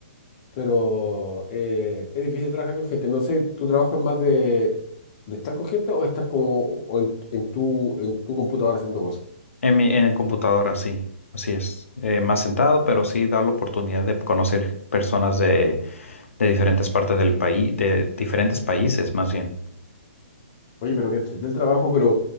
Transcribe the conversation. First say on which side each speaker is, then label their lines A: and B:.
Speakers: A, on the left; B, on the left.
A: pero eh, es difícil trabajar con gente. No sé, ¿tu trabajo es más de, de estar con gente o estar como o en, en tu, en tu computadora haciendo cosas?
B: En mi, en computadora, sí. Así es. Eh, más sentado, pero sí da la oportunidad de conocer personas de, de diferentes partes del país, de diferentes países más bien.
A: Oye, pero que entregué el trabajo, pero